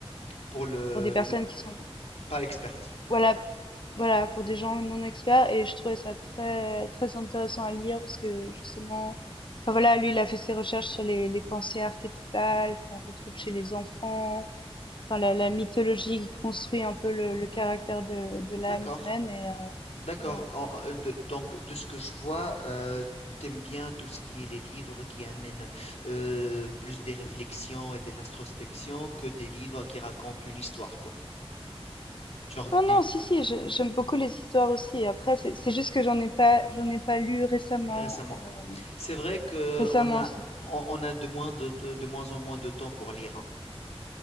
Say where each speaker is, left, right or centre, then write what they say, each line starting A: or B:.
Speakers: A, on the left (about 85°); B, on the left (about 50°).
A: Pour le,
B: pour des personnes
A: le- le-
B: qui sont
A: pas experte.
B: voilà voilà pour des gens non experts. Et je trouvais ça très très intéressant à lire parce que justement, enfin voilà, lui il a fait ses recherches sur les les pensées archétypales qu'on retrouve chez les enfants, enfin la, la mythologie qui construit un peu le, le caractère de de l'âme
A: D'accord.
B: humaine et euh,
A: D'accord.
B: voilà, c'est
A: En- euh, de- donc, de ce que je vois, euh, t'aimes bien tout ce qui est les livres qui amènent euh, plus des réflexions et des introspections que des livres qui racontent une histoire, quoi. Genre des-
B: Non, non, si, si, je- j'aime beaucoup les histoires aussi. Après, c'est c'est juste que j'en ai pas, j'en ai pas lu récemment.
A: récemment.
B: euh,
A: C'est vrai que
B: récemment,
A: on a,
B: c'est-
A: on, on a de moins de, de moins en moins de temps pour lire. hein.